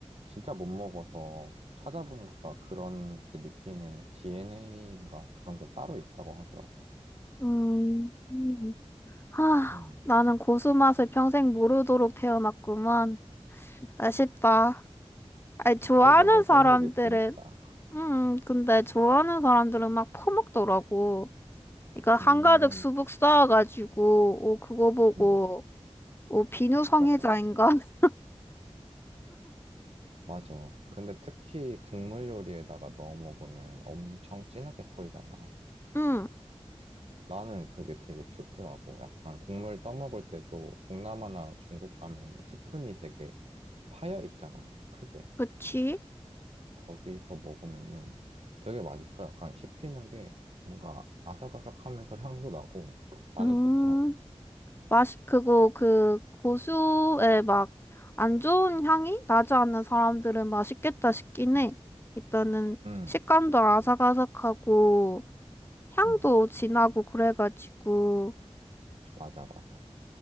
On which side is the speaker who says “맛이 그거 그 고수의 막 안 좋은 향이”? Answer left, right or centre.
Left